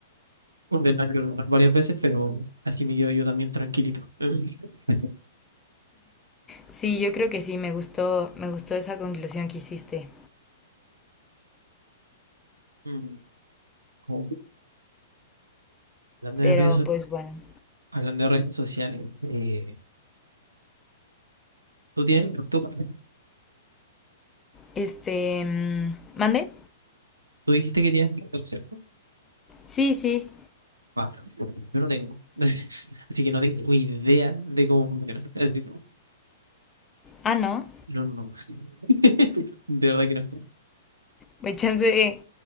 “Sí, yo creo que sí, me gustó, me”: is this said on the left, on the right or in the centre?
Left